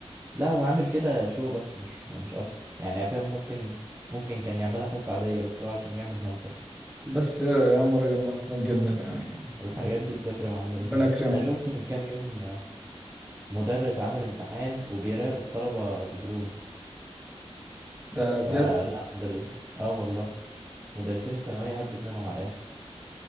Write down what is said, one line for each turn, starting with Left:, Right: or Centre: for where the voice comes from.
Right: لا هو عامل كده شو بس مش مش اكتر يعني فاهم ممكن ممكن كان يعملها حصة عادية بس هو عشان يعمل منظر
Centre: بس يا يا عم راجل محترم جدا يعني
Right: الحاجات
Centre: ربنا
Right: دي بتفرق مع مدرسين
Centre: ربنا يكرمه
Right: انا شفت من كام يوم آه، مدرس عامل امتحان وبيراقب الطلبة بدرون
Centre: ده بجد
Right: فلا مدرس اه والله مدرسين الثانوية هبت منهم على الاخر